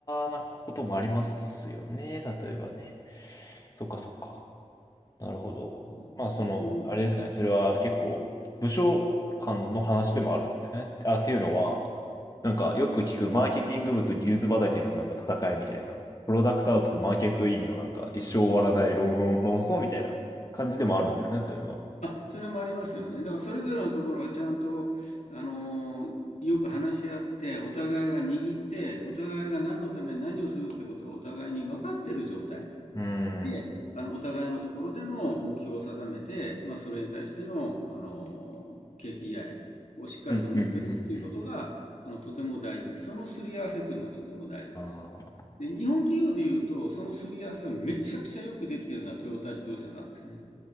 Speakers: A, on the left (about 30°); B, on the left (about 75°).
A: ラなこともありますよね、例えばね。そっかそっか。なるほど。
B: だからそう
A: まあ、その、あれですかね、それは結構、部署間の話でもあるんですかね。あ、っていうのは、なんかよく聞くマーケティング部と技術畑のなんか戦いみたいな。プロダクトアウトとマーケットインのなんか一生終わらない論、論、論争みたいな感じでもあるんですね、そういうのは。
B: あ、それもありますよね。だからそれぞれのところはちゃんと、あのーよく話し合って、お互いが握って、お互いが何のために何をするってことがお互いに分かってる状態
A: うー
B: で、
A: ん。
B: あの、お互いのところでの目標を定めて、まあ、それに対しての、あのケー KPI をしっかりと持ってるっていうことが、
A: うん、うん、うん、うん。
B: あの、とても大事で、そのすり合わせというのがとても大事ですね。
A: あー
B: で、日本企業でいうと、そのすり合わせがめちゃくちゃよくできているのはトヨタ自動車さんですね。